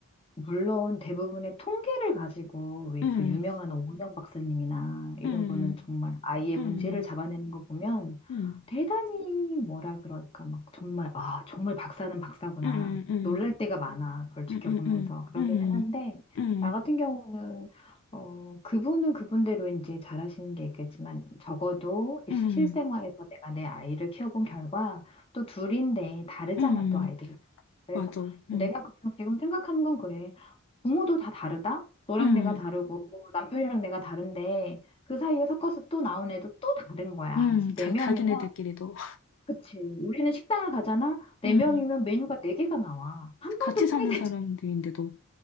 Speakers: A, on the left; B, on the left.
A: 물론 대부분의 통계를 가지고 왜
B: 음,
A: 그 유명한 오은영 박사님이나 이런
B: 음,
A: 분은 정말 아이의
B: 음,
A: 문제를 잡아내는 거 보면
B: 음,
A: 대단히 뭐라 그럴까 막 정말 아 정말 박사는 박사구나
B: 음, 음,
A: 놀랄 때가 많아 그걸 지켜보면서
B: 음, 음, 음,
A: 그러기는
B: 음,
A: 한데
B: 음,
A: 나
B: 음,
A: 같은 경우는 어 그분은 그분대로 이제 잘하시는 게 있겠지만 적어도
B: 음,
A: 실생활에서 내가 내 아이를 키워본 결과 또 둘인데 다르잖아
B: 음,
A: 또 아이들이 그래서
B: 맞아.
A: 내가
B: 음,
A: 그냥 지금 생각하는 건 그래. 부모도 다 다르다? 너랑
B: 음,
A: 내가 다르고 남편이랑 내가 다른데 그 사이에 섞어서 또 나온 애도 또 다른 거야.
B: 음,
A: 그래서 네
B: 자,
A: 명이면
B: 자기네들끼리도
A: 그치. 우리는 식당을 가잖아. 네
B: 음,
A: 명이면 메뉴가 네 개가 나와. 한 번도
B: 같이
A: 통일된
B: 사는 사람들인데도
A: 적이